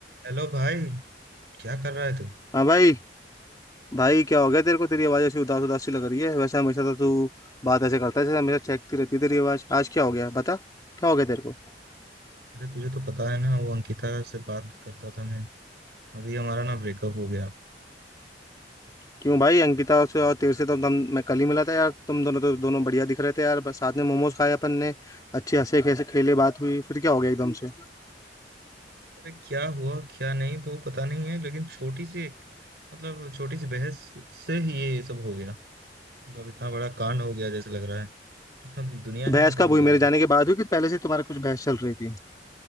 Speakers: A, on the right; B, on the left.
A: Hello भाई क्या कर रहा है तू
B: हाँ भाई भाई क्या हो गया तेरे को तेरी आवाज़ ऐसी उदास उदास सी लग रही है वैसे हमेशा तो तू बात ऐसे करता है जैसे हमेशा चहकती रहती है तेरी आवाज़ आज क्या हो गया बता क्या हो गया तेरे को
A: अरे तुझे तो पता है ना वो अंकिता से बात करता था मैं अभी हमारा ना ब्रेकअप हो गया
B: क्यों भाई अंकिता से और तेरे से तो हम मैं कल ही मिला था यार तुम दोनों तो दोनों बढ़िया दिख रहे थे यार बस साथ में मोमोज खाए अपन ने अच्छे हंसे खेसे खेले बात हुई फिर क्या हो गया एकदम से
A: अरे क्या हुआ क्या नहीं वो पता नहीं है लेकिन छोटी सी एक मतलब छोटी सी बहस से ही ये सब हो गया मतलब इतना बड़ा कांड हो गया जैसे लग रहा है अब दुनिया
B: तो बहस
A: ही खत्म
B: कब
A: हो
B: हुई
A: गया
B: मेरे
A: मेरा
B: जाने के बाद हुई कि पहले से तुम्हारे कुछ बहस चल रही थी